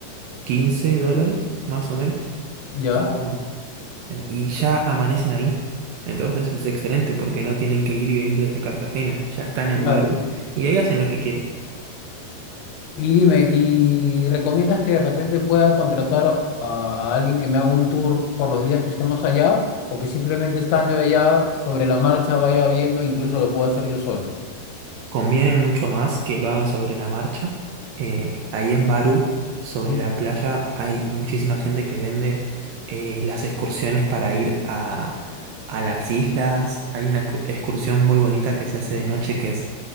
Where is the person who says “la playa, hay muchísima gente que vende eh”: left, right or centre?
Right